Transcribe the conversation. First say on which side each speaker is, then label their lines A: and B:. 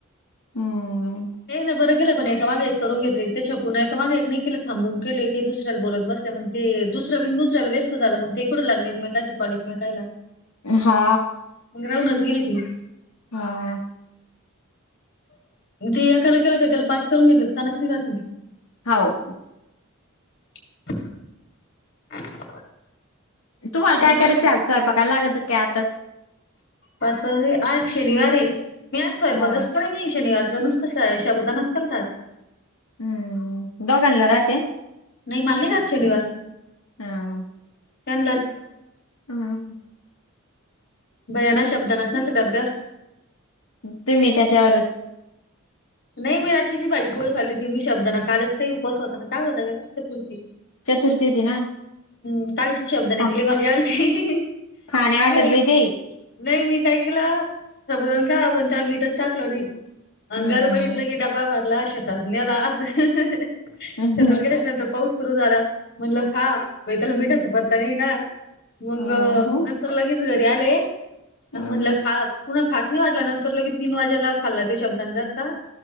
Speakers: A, on the left (about 90°); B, on the left (about 50°).
A: हम्म
B: ते ना बरं, <unintelligible> ए माग एक करून घेतली ते कूनय तर माग एक नाही केले थांबून केले. ते दुसऱ्याला बोलत बस मग, ते दुसर बिन दुसऱ्याला व्यस्त झालं मग ते कुठं लागले एकमेकाची कॉललिंग बगायला.
A: हा
B: मग राहूनच गेलं की,
A: हा,
B: <unintelligible>
A: हाव,
B: <inaudible>
A: तुम्हाला काय
B: नंतर
A: करायचं, ये स्वयंपाकायला लागाचच काय आताच.
B: पाच वाजले, आज शनिवार ये. मी आज स्वयंपाकच
A: हा.
B: करायला नाही शनिवारचं. कशात शबुदानच केलाता.
A: हम्म दोघांला राहते.
B: नाही मल नाही राहत शनिवार.
A: हा.
B: त्यांनलाच.
A: हम.
B: भया ना शब्द नसणार तर डब्यावर
A: तुम्ही त्याच्यावरच
B: नाही मी रात्रीची भाजी पोळी खाल्ली होती. मी शाबुदाणा कालच काही उपास होताना काय होता चतुर्थी
A: चतुर्थी होती ना.
B: हम् कालचच शब्दांना
A: हा
B: न केली माझ्या आलती.
A: खाण्या वाटत
B: नाही
A: बाई ते
B: मी काय केलं, साबुदाणा केला पण त्याला मीठच टाकलं नाही, अन
A: हम्म
B: गडबडीत लगे डबा भर ला शेतात न्याला शेतात
A: हम्म
B: गेलाच्या नंतर पाऊस सुरु झालं म्हणलं खा, बाई त्याला मिठाचा पत्ता नाही ना. मग
A: हम्म
B: नंतर लगेच घरी आले.
A: हम्म
B: म्हटलं खा, पुन्हा खास नाही वाटला नंतर लगी तीन वाजेला खाल्ला ते शब्दांना <unintelligible>